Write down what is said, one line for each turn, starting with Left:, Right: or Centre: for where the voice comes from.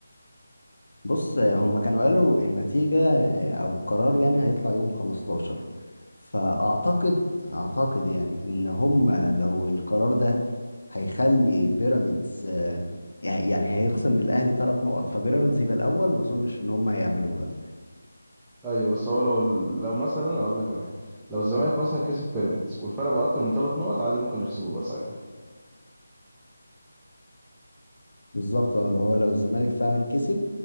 Left: بص هم كانوا قالوا النتيجة او القرار يعني هيطلع يوم 15 فاعتقد اعتقد يعني ان هم لو القرار ده هيخلي بيراميدز آه، يعني هيخصم من الاهلي ثلاث نقط فبيراميدز يبقى الاول ما اظنش ان هم هيعملوها
Centre: ايوه بس هو لو لو مثلا هقول لك على حاجه لو الزمالك مثلا كسب بيراميدز والفرق بقى اكتر من ثلاث نقط عادي ممكن يخصموا بقى ساعتها
Left: بالظبط اه اللي هو لو الزمالك فعلا كسب